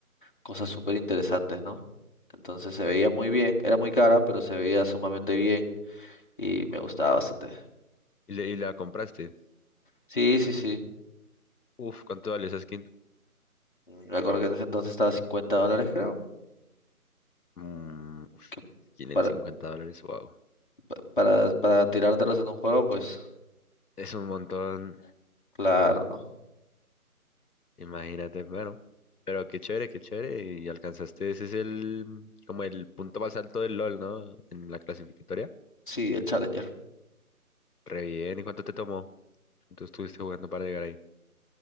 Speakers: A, on the left; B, on the left.
A: cosas súper interesantes, ¿no? Entonces se veía muy bien, era muy cara, pero se veía sumamente bien y me gustaba bastante.
B: ¿Y, le- y la compraste?
A: Sí, sí, sí.
B: Uf, ¿cuánto vale esa skin?
A: Mm, Me acuerdo que en ese entonces estaba a 50 dólares, creo.
B: Mm, uf,
A: Que
B: skin
A: para,
B: en 50 dólares, wow.
A: pa- para, para tirártelos en un juego, pues
B: Es un montón,
A: claro, ¿no?
B: imagínate, bueno. Pero qué chévere, qué chévere. Y alcanzaste, ese es el, como el punto más alto del LOL, ¿no? En la clasificatoria.
A: Sí, el Challenger.
B: Re bien, ¿y cuánto te tomó? Entonces estuviste jugando para llegar ahí.